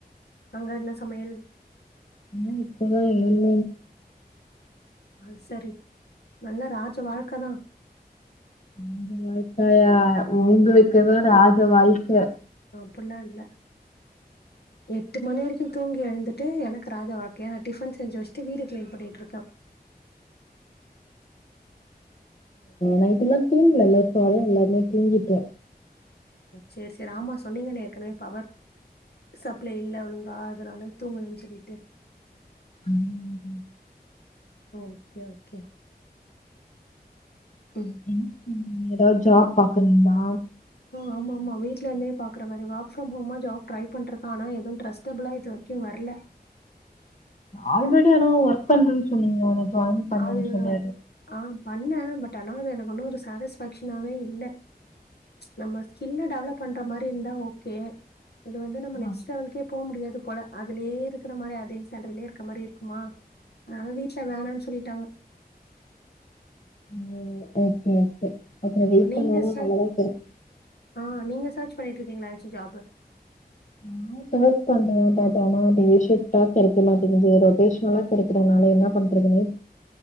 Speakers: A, on the left (about 75°); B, on the left (about 50°).
A: அங்க என்ன சமயல்
B: ஆ இப்பதா ஏலல்
A: அ செரி நல்ல ராஜ வாழ்க்க தா
B: ஆ ராஜ வாழ்க்காயா உங்களுக்கு தாராஜ வாழ்க்க
A: அப்புட்ல்லா இல்ல
B: உம்
A: எட்டு மணி வரைக்கு தூங்கி எழுந்துட்டு எனக்கு ராஜ வாழ்கையா நா டிபன் செஞ்சு வச்சுட்டு வீடு கிளீன் பண்ணிட்டு இருக்கே
B: நைட்டு எல்லா தூங்கலல இபோ அதா எல்லாருமே தூங்கிட்டோ
A: செரி செரி ஆமா சொன்னீங்களே ஏற்கனவே பவர் சப்ளே இல்ல ஒழுங்கா அதனால தூங்கலனு சொல்லிட்டு
B: ஆமா
A: ஓகே ஓகே ம்
B: என்ன பன்றீங்கஏதாவ்து ஜாப் பாக்குறீங்களா
A: ஆமா ஆமா வீட்டுல இருந்தே பாக்குறமாரி ஒர்க்ப்ரம்ஹோம் ஜாப் ட்ரை பண்ரேக்க ஆனா எது டிரஸ்டபுலா இது வரைக்கு வர்ல
B: ஆல்ரெடி ஆனா ஒர்க் பண்றேன்னு சொன்னீங்க ஒன ஜாயின் பண்ணேன்னு
A: அது
B: சொல்லி
A: ஆ பண்ணே பட் ஆனா எனக்கு ஒன்னு ஒரு சாட்டிஸ்ஃபேக்ஷ்னாவே இல்ல நம்ம ஸ்கில்ல டெவலப் பண்ற மாரி இருந்தா ஓகே இது வந்து நம்ம
B: ஆ
A: நெக்ஸ்ட் லெவலுக்கே போவ் முடியாது போல அதுலயே இருக்கற மாரி அதே சலட்ரிலயே இருக்க மாரி இருக்குமா ஆ வீட்ல வேணானு சொல்லிட்டாங்க
B: ம் ஓகே ஓகே அப்புற
A: ஆ
B: வெயிட்
A: நீங்க
B: பண்ணாலும்
A: சர்
B: நல்லதா கெடைக்கு
A: ஆ நீங்க சர்ச் பண்ணிட்டு இருக்கீங்களா ஏச்சு ஜாப்பு
B: நாஒர் சேர்ச் பண்றது பட் ஆனா டே ஷிஃப்டா கெடைக்கமாட்டேங்குது ரொட்டேஷனலா கிடைக்கறதுனால என்ன பண்றதுனே